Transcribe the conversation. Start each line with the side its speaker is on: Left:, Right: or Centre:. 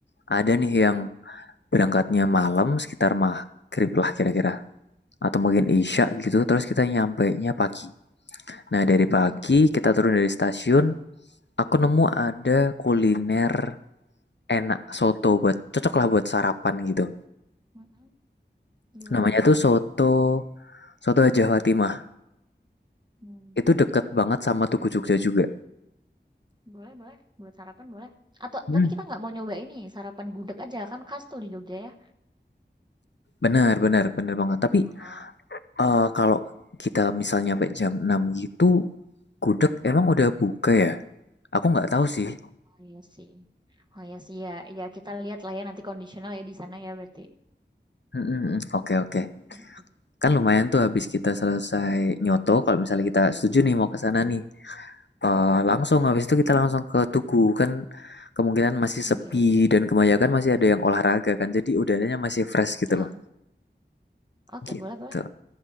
Left: ada nih
Right: mhm,
Left: yang berangkatnya malam sekitar maghrib lah kira-kira. Atau mungkin isya
Right: mhm,
Left: gitu, terus kita nyampainya pagi. Nah, dari pagi
Right: oke,
Left: kita turun dari stasiun, aku nemu ada kuliner enak soto buat cocok lah buat sarapan gitu.
Right: mhm, gimana
Left: Namanya
Right: tuh?
Left: tuh soto soto Haja Fatimah.
Right: Mmm,
Left: Itu deket banget sama Tugu Jogja juga.
Right: boleh boleh, buat sarapan boleh. Atau
Left: Hmm.
Right: tapi kita nggak mau nyoba ini, sarapan gudeg aja, kan khas tuh di Jogja ya.
Left: Benar, benar, benar banget. Tapi
Right: Heeh,
Left: eh, kalau kita misalnya sampai jam 6 gitu, gudeg
Right: kan?
Left: emang udah buka ya? Aku nggak tahu sih.
Right: Oh iya sih. Oh iya sih, ya ya kita lihat lah ya nanti kondisional ya di sana ya berarti.
Left: Mm, mm, mm. Oke, oke.
Right: Mhm mhm,
Left: Kan lumayan tuh habis kita selesai nyoto kalau misalnya kita setuju nih mau ke sana
Right: mhm
Left: nih. Eh,
Right: mhm,
Left: langsung habis itu kita langsung ke tugu kan kemungkinan masih sepi
Right: oke oke,
Left: dan kebanyakan masih ada yang olahraga kan jadi udaranya masih fresh gitu
Right: heeh,
Left: loh
Right: oke
Left: gitu
Right: boleh boleh.